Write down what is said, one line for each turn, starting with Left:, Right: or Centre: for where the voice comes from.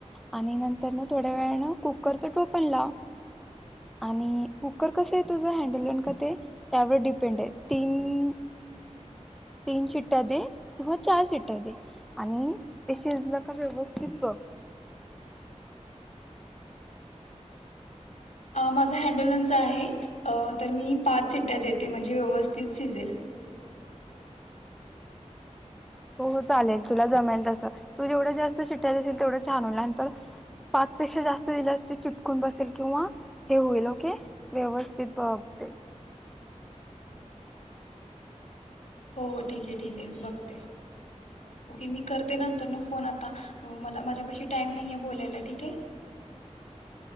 Centre: आणि नंतर ना थोड्या वेळ कुकरचं टोपण लाव. आणि कुकर कसं आहे तुझं हँडलोन का ते त्यावर डीपेंड आहे तीन तीन शिट्या दे किंवा चार शिट्या दे. आणि ते शिजलं का व्यवस्थित बघ.
Left: माझा हॅडलनचा आहे. अ तर मी पाच सिट्ट्या देते म्हणजे व्यवस्थित शिजेल.
Centre: हो हो चालेल तुला जमेल तस तू जेवढं जास्त शिटाया असेल तेवढं छान होईल आणि नंतर पाचपेक्षा जास्त दिल्या चिटकून बसेल किंवा हे होईल ओके व्यवस्थित बघ ते
Left: हो हो ठीक आहे ठीक आहे. बघते ओके मी कर करते नंतर फोन आता मला माझ्या पाशी टाईम नाही बोलायला ठीक ये.